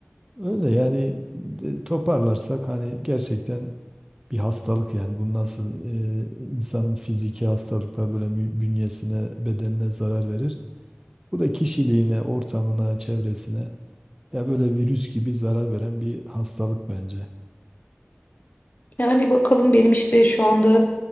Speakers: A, on the right; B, on the left.
A: Öyle yani de- toparlarsak hani gerçekten bir hastalık yani bu nasıl e, insanın fiziki hastalıklar böyle mü- bünyesine, bedenine zarar verir. Bu da kişiliğine, ortamına, çevresine ya böyle virüs gibi zarar veren bir hastalık bence.
B: Yani bakalım benim işte şu anda